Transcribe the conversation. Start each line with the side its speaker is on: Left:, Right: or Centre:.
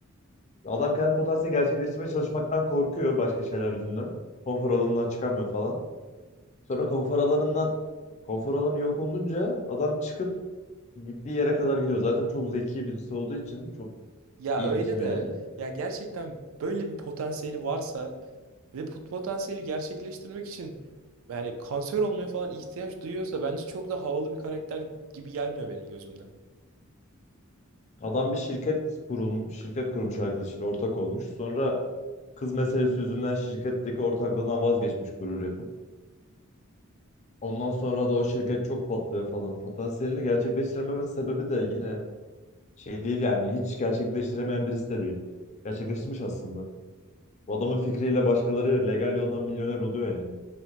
Left: adam kendi potansiyelini gerçekleştirmeye çalışmaktan korkuyor başka şeyler yüzünden. Konfor alanından çıkamıyor falan. Sonra konfor alanından konfor alanı yok olunca adam çıkıp gittiği yere kadar gidiyor. Zaten çok zeki birisi olduğu için çok
Right: Ya
Left: iyi
Right: öyle
Left: bir kimyacı.
Right: de ya gerçekten böyle bir potansiyeli varsa ve bu potansiyeli gerçekleştirmek için yani kanser olmaya falan ihtiyaç duyuyorsa bence çok da havalı bir karakter gibi gelmiyor benim gözümde.
Left: Adam bir şirket kurulmuş, şirket kurmuş arkadaşıyla ortak olmuş. Sonra kız meselesi yüzünden şirketteki ortaklığından vazgeçmiş gurur yapıp. Ondan sonra da o şirket çok patlıyor falan. Potansiyelini gerçekleştirememe sebebi de yine Şey değil yani hiç gerçekleştiremeyen birisi de değil. Gerçekleştirmiş aslında. Bu adamın fikriyle başkaları legal yoldan milyoner oluyor yani.